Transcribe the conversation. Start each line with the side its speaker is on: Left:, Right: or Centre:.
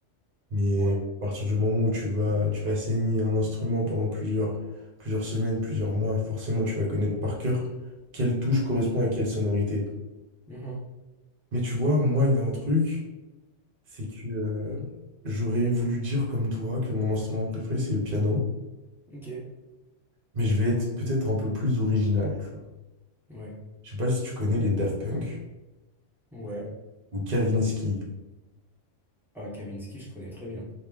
Right: Mais
Centre: Ouais.
Right: à partir du moment où tu vas, tu vas saigner un instrument pendant plusieurs, plusieurs semaines, plusieurs mois, forcément, tu vas connaître par cœur quelle touche correspond à quelle sonorité.
Centre: Mhm.
Right: Mais tu vois, moi, il y a un truc, c'est que euh, j'aurais voulu dire comme toi que mon instrument préféré, c'est le piano,
Centre: Ok.
Right: mais je vais être peut-être un peu plus original, tu vois.
Centre: Ouais.
Right: Je sais pas si tu connais les Daft Punk.
Centre: Ouais.
Right: Ou Kavinsky.
Centre: Ah, Kavinsky, je connais très bien.